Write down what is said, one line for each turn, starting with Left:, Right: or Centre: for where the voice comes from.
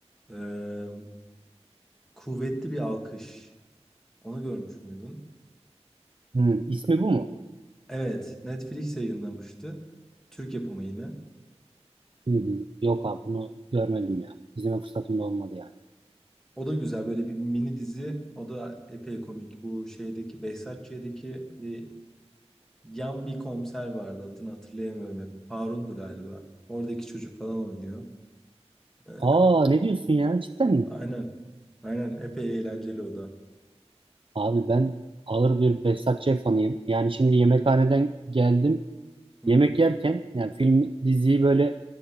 Centre: Ee, Kuvvetli Bir Alkış. Onu görmüş müydün?
Right: Hı, ismi bu mu?
Centre: Evet, Netflix yayınlamıştı. Türk yapımı yine.
Right: Hı hı. Yok abi bunu görmedim ya. İzleme fırsatım da olmadı yani.
Centre: O da güzel böyle bir mini dizi. O da epey komik. Bu şeydeki Behzatçı'daki bir yan bir komiser vardı. Adını hatırlayamıyorum hep. Harun'du galiba. Oradaki çocuk falan oynuyor. Ee,
Right: Aa ne diyorsun ya cidden mi?
Centre: aynen. Aynen. Epey eğlenceli o da.
Right: Abi ben ağır bir Behzat Ç. fanıyım. Yani şimdi yemekhaneden geldim.
Centre: Hı
Right: Yemek
Centre: hı.
Right: yerken yani film diziyi böyle